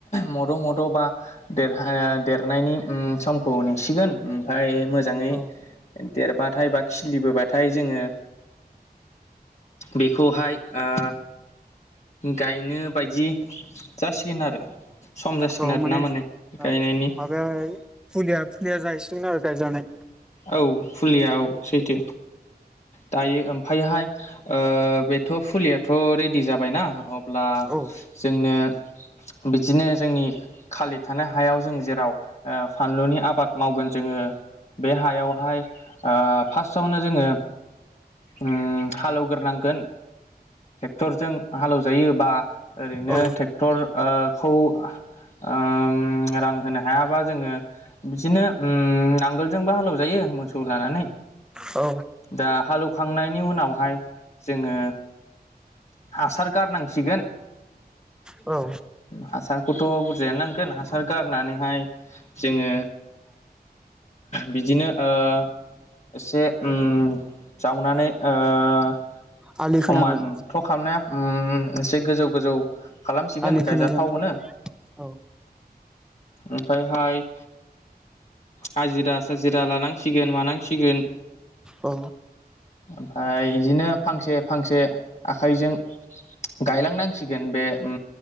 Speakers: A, on the left; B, in the centre.
A: मद' मद' बा देरहाया देरनायनि उम समखौ नेसिगोन ओमफफय मोजाङै
B: औ
A: देरबाथाय बा खिलिबोबाथाय जोङो बेखौहाय ओ गायनो बायदि जासिगोन आरो सम जासिगोन
B: औ
A: आरो
B: माने
A: ना गायनायनि
B: ओ माबाया फुलिया फुलिया जायैसि गोन आरो गायजानाय
A: औ फुलियाव सैथो दायो ओमफायहाय ओ बेथ' फुलियाथ' रेडि जाबायना अब्ला
B: औ
A: जोंनो बिदिनो जोंनि खालि थानो हायाव जों जेराव ओ फानलुनि आबाद मावगोन जोङो बे हायावहाय फार्स्टआवनो जोङो ओम हालेवग्रोनांगोन ट्रेक्टरजों हालौ जायोबा ओरैनो
B: औ
A: ट्रेक्टर ओ खौ ओम रां होनो हायाबा जोङो बिदिनो ओम नांगोल जोंबो हालौ जायो मोसौ लानानै
B: औ
A: दा हालौ खांनायनि उनावहाय जोङो हासार गारनांसिगोन
B: औ
A: हासारखौथ' बुरजायानो नांगोन हासार गारनानैहाय जोङो बिदिनो ओ एसे ओम जावनानै म <unintelligible>
B: आलि
A: समानथ'
B: खोनांगोन
A: खालामनाया ओम एसे गोजौ गोजौ खालामसिगोन
B: आलि खोनायजों
A: गायजाथाव होनो
B: औ
A: ओमफायहाय हाजिरा साजिरा लानांसिगोन मानांसिगोन
B: औ
A: ओमफाय बिदिनो फांसे फांसे आखाइजों गायलांनांसिगोन बे ओम